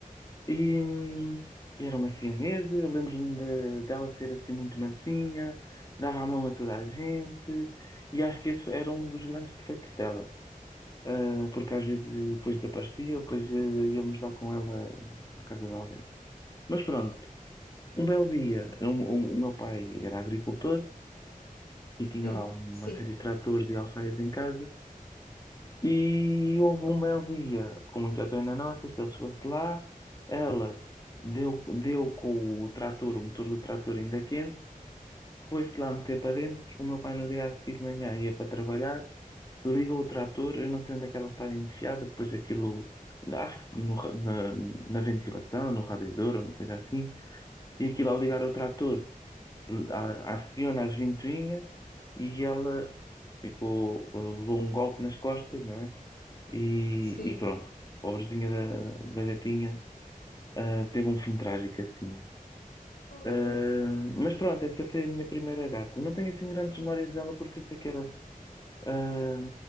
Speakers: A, on the left (about 25°); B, on the left (about 85°).
A: E hum, era uma siamesa, eu lembro-me de- dela ser assim muito mansinha, dava a mão a toda a gente, e acho que esse era um dos grandes defeitos dela. Ah, porque às vezes depois desaparecia, ou depois eh, íamos dar com ela à casa de alguém. Mas pronto, um belo dia, um- um- o meu pai era agricultor e tinha
B: hum,
A: lá uma
B: sim,
A: série de tratores e alfaias em casa, E houve um belo dia, com muita pena nossa, que ele chegou-se lá, ela deu, deu com o trator, o motor do trator ainda quente, foi-se lá meter para dentro, o meu pai no dia a seguir de manhã ia para trabalhar, ligou o trator, eu não sei onde é que ela estava enfiada, depois aquilo, acho que no ra- na, na ventilação, no radiador, uma coisa assim, e aquilo ao ligar o trator, a- aciona as ventoinhas e ela ficou, levou um golpe nas costas, não é? E,
B: sim.
A: e pronto, pobrezinha da, da gatinha, ah, teve um fim trágico assim.
B: Hum,
A: Ah, mas pronto, essa foi a minha primeira gata. Não tenho assim grandes memórias dela porque eu sei que era ah,